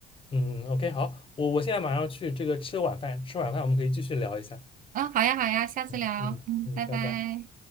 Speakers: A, on the left; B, on the right.
A: 嗯嗯，OK，好，我我现在马上去这个吃晚饭，吃晚饭我们可以继续聊一下，
B: 嗯，好呀好呀，下次聊，
A: 嗯嗯嗯，
B: 嗯，拜拜。
A: 拜拜。